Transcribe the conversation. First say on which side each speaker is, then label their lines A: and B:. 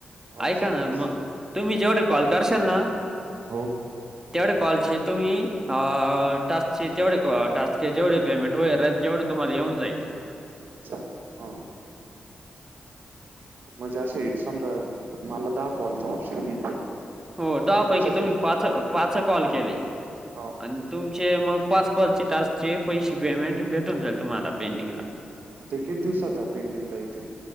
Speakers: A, on the right; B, on the right.
A: अच्छा
B: ऐका ना मग
A: असं
B: तुम्ही जेवढे कॉल करशाल ना,
A: हो
B: तेवढे कॉलचे तुम्ही अ... टास्कचे तेवढे कॉ टास्कचे जेवढे पेमेंट वगैरे राहील तेवढं तुम्हांला येऊन जाईल.
A: अच्छा हा म्हणजे असे समजा मला दहा कॉलचा ऑप्शन येईल
B: हो दहा
A: त्याच्यातून
B: पैकी तुम्ही पाच अ पाच कॉल केले
A: हा
B: आणि तुमचे मग पाच कॉलचे टास्क चे पैसे पेमेंट भेटून जाईल तुम्हांला पेंडिंगला.
A: ते किती दिवसात पेंडिंगला येतील